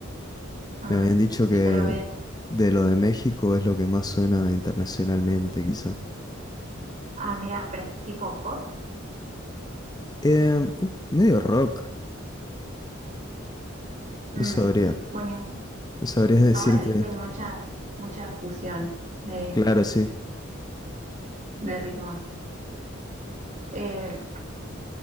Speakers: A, on the right (about 35°); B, on the left (about 20°).
A: Ah,
B: me habían dicho que
A: ya lo veo.
B: de lo de México es lo que más suena internacionalmente, quizás.
A: Ah, mira, pero es tipo pop.
B: Em, medio rock,
A: Mm.
B: no sabría,
A: Bueno,
B: no sabría <laughs> decirte.
A: ahora viste hay mucha, mucha fusión de,
B: Claro, sí.
A: de ritmos. Eh,